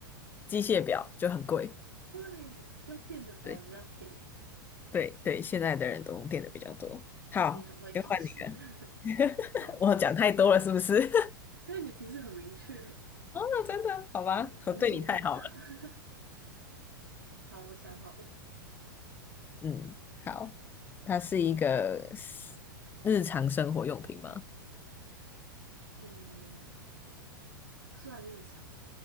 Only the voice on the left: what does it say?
机械表就很贵。
对对对，现在的人都用电的比较多。好，
就换你了。
<laughs>
我讲太多了，是不是？
<laughs> 哦，真的，好吧，
我对你太好了。
嗯，好，它是一个日常生活用品吗？